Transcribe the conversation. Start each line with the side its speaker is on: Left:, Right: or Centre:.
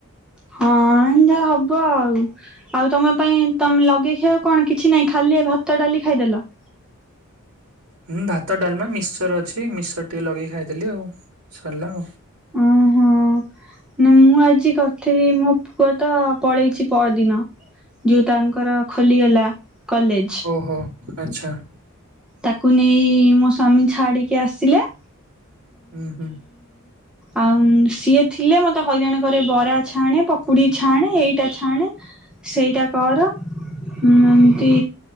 Centre: ହଁ ଏନ୍ତିଆ ହବ ଆଉ। ଆଉ ତମ ପାଇଁ ତମେ ଲଗେଇ ଥିଲ କଣ କିଛି ନାଇଁ ଖାଲି ଭାତ ଡାଲି ଖାଇଦେଲ।
Right: ହୁଁ ଭାତ ଡାଲମା ମିଶ୍ଚର ଅଛି ମିିଶ୍ଚର ଟିକେ ଲଗେଇ ଖାଇଦେଲି ଆଉ। ସଲା ଆଉ।
Centre: ଅଁ ହଁ ନା ମୁଁ ଆଜି କରଥିଲି ମୋ ପୁଅ ତ ପଳେଇଚି ପଅର ଦିନ ଯିଉ ତାଙ୍କର ଖୋଲିଗଲା। କଲେଜ
Right: ଓହୋ ଆଚ୍ଛା।
Centre: ତାକୁ ନେଇ ମୋ ସ୍ଵାମୀ ଛାଡିକି ଆସିଲେ।
Right: ଉଁ ହୁଁ।
Centre: ଆଉ ସିଏ ଥିଲେ ମତେ ହଇରାଣ କରେ ବରା ଛାଣେ, ପକୁଡି ଛାଣେ ଏଇଟା ଛାଣେ। ସେଇଟା କର ଉଁ ଏମତି।